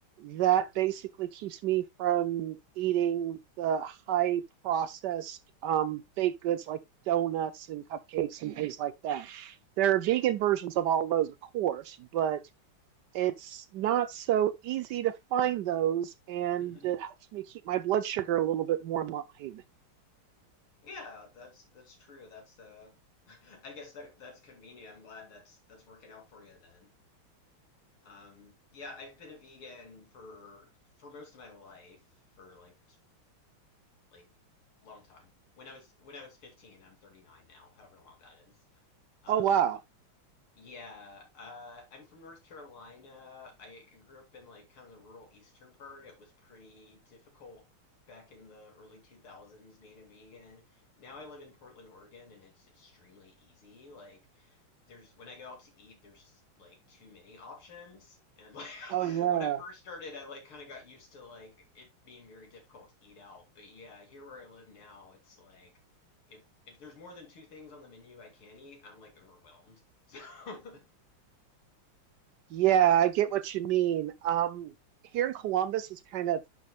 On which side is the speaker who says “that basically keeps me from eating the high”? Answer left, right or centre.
Right